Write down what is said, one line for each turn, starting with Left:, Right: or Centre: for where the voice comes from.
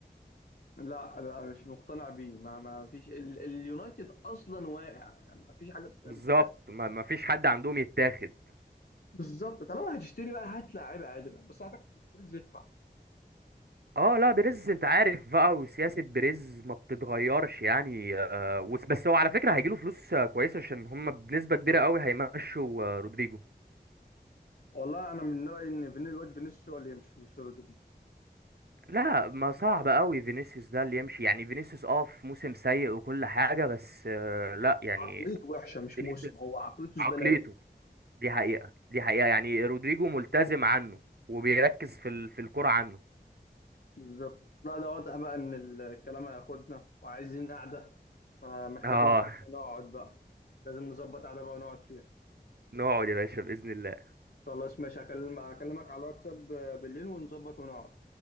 Left: لا لا مش مقتنع بيه ما ما فيش ال- اليونايتد اصلا واقع يعني ما فيش حاجه بتعمل
Right: بالظبط
Left: فيها حاجه
Right: ما ما فيش حد عندهم يتاخد
Left: بالظبط طالما هتشتري بقى هات لعيبه عادله بس هتحتاج يدفع
Right: اه لا بريز انت عارف بقى وسياسة بريز ما بتتغيرش يعني آه وس- بس هو على فكرة هيجيله فلوس آه، كويسة عشان هم بنسبة كبيرة قوي هيمشوا آه، رودريجو
Left: والله انا من رايي ان فيني الواد فينيسيوس هو اللي يمشي مش رودريجو
Right: لا ما صعب قوي فينيسيوس ده اللي يمشي يعني فينيسيوس اه في موسم سيء وكل حاجة بس آه لا يعني
Left: عقليته وحشه مش
Right: فينيسيوس
Left: موسم هو عقليته
Right: عقليته
Left: زباله قوي
Right: دي حقيقة دي حقيقة يعني رودريجو ملتزم عنه وبيركز في ال... في الكرة عنه
Left: بالظبط لا ده واضح بقى ان الكلام هياخدنا وعايزين قعده فمحتاجين
Right: اه
Left: ان احنا
Right: <laughs>
Left: نقعد بقى لازم نظبط قعده بقى ونقعد فيها
Right: نقعد يا باشا بإذن الله
Left: خلاص ماشي هكلم- هكلمك على الواتساب بالليل ونظبط ونقعد